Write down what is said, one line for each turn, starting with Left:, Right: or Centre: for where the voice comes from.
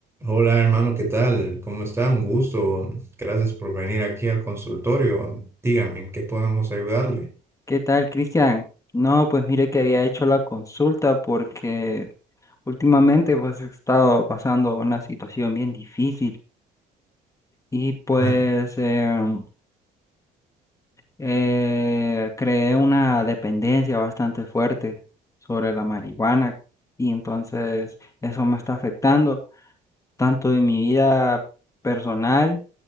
Right: Hola hermano, ¿qué tal? ¿Cómo está? Un gusto. Gracias por venir aquí al consultorio. Dígame, ¿en qué podemos ayudarle?
Left: ¿Qué tal, Cristian? No, pues mire que había hecho la consulta porque últimamente pues he estado pasando una situación bien difícil y pues
Right: Ah,
Left: em, eh, creé una dependencia bastante fuerte sobre la marihuana y entonces eso me está afectando tanto en mi vida personal,